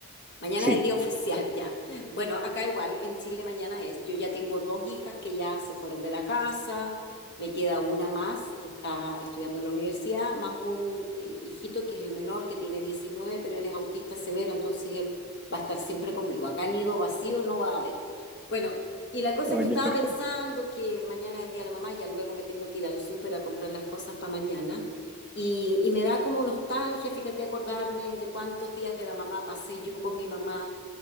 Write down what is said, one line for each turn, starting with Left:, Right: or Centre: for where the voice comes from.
Left: Mañana
Centre: Sí.
Left: es el día oficial ya. Bueno, acá igual, en Chile mañana es. Yo ya tengo dos hijas que ya se fueron de la casa, me queda una más que está estudiando en la universidad, más un hijito que es el menor que tiene 19, pero él es autista severo, entonces él va a estar siempre conmigo. Acá nido vacío no va a haber. Bueno, y la cosa
Centre: Oye,
Left: es que estaba
Centre: perfecto.
Left: pensando que mañana es el día de la mamá, ya luego me tengo que ir al súper a comprar las cosas para mañana. Y, y me da como nostalgia, fíjate, acordarme de cuántos días de la mamá pasé yo con mi mamá,